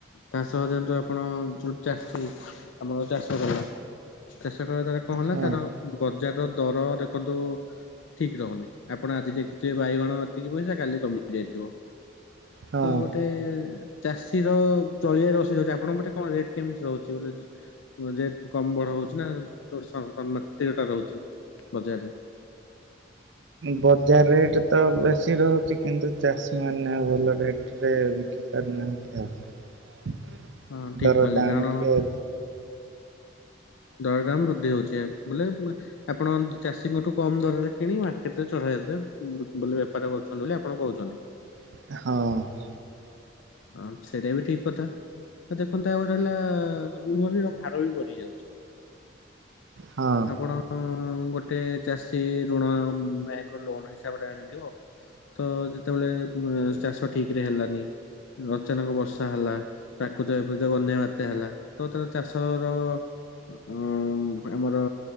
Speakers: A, on the left (about 85°); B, on the right (about 75°).
A: ତା ସହ ଯେହେତୁ ଆପଣ ଯୋଉ ଚାଷୀ ଆମର ଚାଷ କଲା ଚାଷ କରିବା ଦ୍ଵାରା କଣ ହେଲା
B: ହଁ
A: ତାର ବଜାର ର ଦର ଦେଖନ୍ତୁ ଠିକ୍ ରହୁନି ଆପଣ ଆଜି ଦେଖିଥିବେ ବାଇଗଣ ଏତିକି ପଇସା କାଲି କମି ଯାଇଥିବ
B: ହଁ।
A: ତ ଗୋଟେ ଚାଷୀ ସେ ର ଚଳିଆରେ ଅସୁବିଧା ହଉଛି ଆପଣଙ୍କ ପଟେ କଣ ରେଟ କେମିତି ରହୁଛି ବୋ ରେଟ କମ ବଢ ହଉଛି <unintelligible> ରହୁଛି ବଜାରରେ
B: ବଜାର ରେଟ୍ ତ ବେଶୀ ରହୁଛି କିନ୍ତୁ ଚାଷୀ ମାନେ ଭଲ ରେଟ୍ ବିକିପାରୁନାହାନ୍ତି ଆଉ
A: ହଁ ଠିକ
B: ଦର
A: କଲେ
B: ଦାମ
A: କାରଣ
B: ଟିକେ
A: ଦରଦାମ ବୃଦ୍ଧି ହଉଛି ବୋଲେ ଆପଣ ଚାଷୀଙ୍କଠୁ କମ ଦରରେ କିଣିବା କେତେ ଚଢବେ ବ ବେପାର କରୁଛନ୍ତି ବୋଲି ଆପଣ କହୁଛନ୍ତି।
B: ହଁ।
A: ହଁ ସେଇଟା ବି ଠିକ କଥା। ତ ଦେଖନ୍ତୁ ଆଉ ଗୋଟେ ହେଲା ଋଣଣୀର ଭାର ବି ବଢି ଯାଉଛି
B: ହଁ।
A: ଆପଣ ଗୋଟେ ଚାଷୀ ଋଣ ବ୍ୟାଙ୍କର ଲୋନ ହିସାବରେ ଆଣିଥିବ ତ ଯେତେବେଳେ ଚାଷ ଠିକରେ ହେଲାନି ଅଚାନକ ବର୍ଷା ହେଲା ପ୍ରାକୃତିକ ବିପଯ୍ୟୟ ବନ୍ୟା ବାତ୍ୟା ହେଲା ତ ତାର ଚାଷର ଆଉ ଆମର